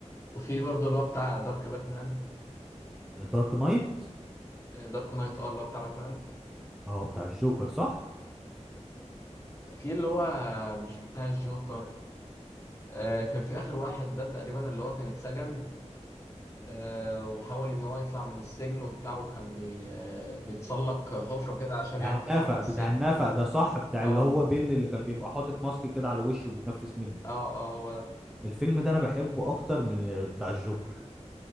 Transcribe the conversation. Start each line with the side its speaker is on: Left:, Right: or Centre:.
Left: وفي برضه اللي هو بتاع دارك باتمان
Centre: دارك نايت
Left: دارك نايت اه اللي هو بتاع باتمان
Centre: اه بتاع الجوكر صح
Left: في اللي هو مش بتاع الجوكر آه، كان في آخر واحد ده تقريبا اللي هو كان اتسجن آه، وحاول إن هو يطلع من السجن وبتاع وكان بي... آه، بيتسلق حفرة كده عشان
Centre: بتاع
Left: يعرف
Centre: النفق
Left: يطلع من السجن
Centre: بتاع النفق ده صح بتاع
Left: اه
Centre: اللي هو بيل اللي كان بيبقى حاطط ماسك كده على وشه بيتنفس منه
Left: اه اه هو ده
Centre: الفيلم ده انا بحبه اكتر من بتاع الجوكر